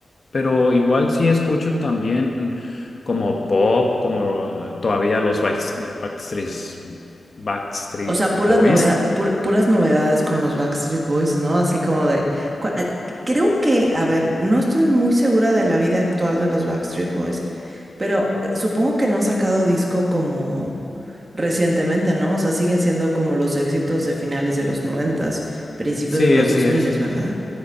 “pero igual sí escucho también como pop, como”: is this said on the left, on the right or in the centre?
Left